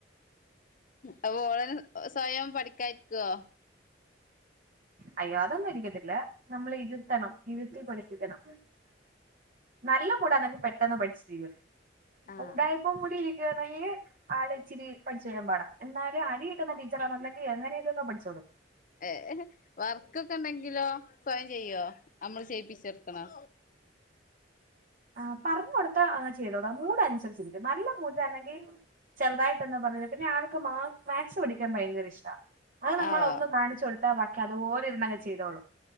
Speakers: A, on the left (about 45°); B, on the right (about 50°).
A: അപ്പ ഓള് തന്നെ സ്വയം പഠിക്കായിരിക്കുവോ
B: അയ്യോ അതൊന്നും ഇരിക്കത്തില്ല നമ്മൾ ഇരുത്തണം ഇരുത്തി പഠിപ്പിക്കണം നല്ല മൂടാണെങ്കി പെട്ടെന്ന് പഠിച്ചി തീരും
A: ആഹ്
B: ഉണ്ടായപ്പോ കൂടി ഇരിക്കുവാരുന്നു ആള് ഇച്ചിരി പടിച്ച് വരാൻ പാടാ എന്നാലും അടി കിട്ടുന്ന കിട്ടുന്ന ടീച്ചറാണെങ്കി എങ്ങനെലുമൊക്കെ പഠിച്ചോളും
A: ഏ വർക്കൊക്കെ ഉണ്ടെങ്കിലോ സ്വയം ചെയ്യുവോ നമ്മള് ചെയ്യിപ്പിച്ച് നിർത്തണോ
B: ആ പറഞ്ഞു കൊടുത്താ അങ്ങ് ചെയ്തോളും മൂട് അനുസരിച്ചിരിക്കും നല്ല മൂടിലാണെങ്കിൽ ചെറുതായിട്ടൊന്നാ പറയുന്നത് പിന്നെയാൾക്ക് മാ മാത്സ് പഠിക്കാൻ ഭയങ്കര ഇഷ്ടം ആ നമ്മളൾ
A: ആഹ്
B: ഒന്നും കാണിച്ചു കൊടുത്താ ബാക്കി അതുപോലെ ഇരുന്നങ്ങ് ചെയ്തോളും